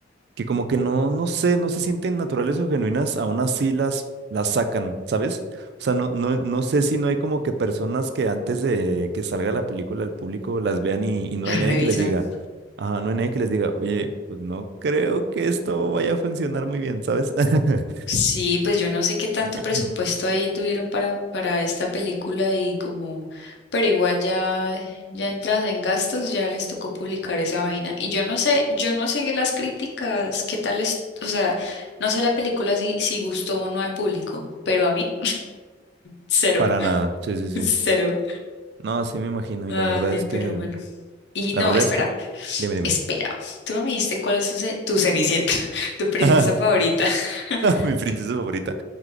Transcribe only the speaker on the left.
Las
revisan.
Sí, pues yo no sé qué tanto
presupuesto ahí tuvieron para, para esta película y como, pero igual ya, ya entrados en gastos, ya les tocó publicar esa vaina. Y yo no sé, yo no sé las críticas, qué tal es, o sea, no sé la película si, si gustó o no al público, pero a mí, cero,
<laughs> cero.
Ay,
pero bueno. Y
no,
espera,
espera. Tú no me dijiste cuál es tu, ce- tu Cenicienta, <laughs> tu princesa
favorita. <laughs>